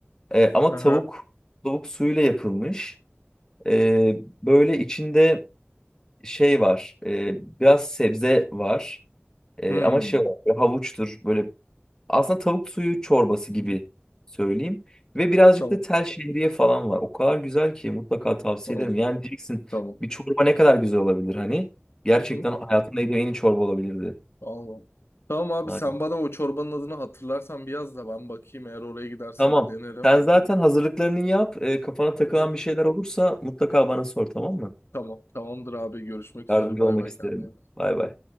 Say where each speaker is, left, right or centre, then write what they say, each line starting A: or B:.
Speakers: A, on the left; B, on the left.
A: E, ama
B: Aha.
A: tavuk Tavuk suyuyla yapılmış. Ee, böyle içinde şey var. e, biraz sebze var. E,
B: Hmm.
A: ama şey var. böyle havuçtur. Böyle aslında tavuk suyu çorbası
B: Hı.
A: gibi söyleyeyim. Ve birazcık
B: Tamam.
A: da tel şehriye falan var. O kadar güzel ki mutlaka tavsiye
B: Tamam.
A: ederim. Yani diyeceksin
B: Tamam.
A: bir çorba ne kadar güzel olabilir hani. Gerçekten
B: Hı hı.
A: hayatımda yediğim en iyi çorba olabilirdi.
B: Allah. Tamam abi
A: Aynen.
B: sen bana o çorbanın adını hatırlarsan bir yaz da ben bakayım eğer oraya gidersem
A: Tamam.
B: denerim.
A: Sen zaten hazırlıklarını yap. E, kafana takılan
B: Hı hı.
A: bir şeyler olursa mutlaka bana sor tamam mı?
B: Tamam. Tamamdır abi görüşmek üzere
A: Yardımcı
B: bay
A: olmak
B: bay
A: isterim.
B: kendine.
A: Bay bay.